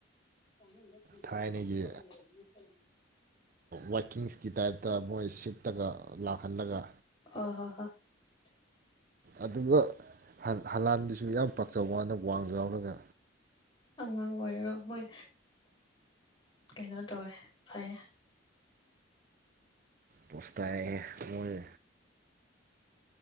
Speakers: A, on the left; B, on the right.
A: <unintelligible>
B: ꯊꯥꯏꯅꯒꯤ ꯋꯥꯏꯀꯤꯡꯁꯀꯤ ꯇꯥꯏꯞꯇ ꯃꯣꯏ ꯁꯤꯞꯇꯒ ꯂꯥꯛꯍꯜꯂꯒ
A: <unintelligible>
B: ꯑꯗꯨꯒ ꯍꯂꯥꯟꯗꯨꯁꯨ ꯌꯥꯝ ꯄꯥꯛꯆꯕ ꯋꯥꯅ ꯋꯥꯡꯁꯨ ꯌꯥꯎꯔꯒ
A: ꯑꯉꯥꯡ ꯑꯣꯏꯔꯒ ꯃꯣꯏ ꯀꯩꯅꯣ ꯇꯧꯋꯦ ꯐꯩꯌꯦ
B: ꯄꯣꯁꯇꯥꯏ ꯃꯣꯏ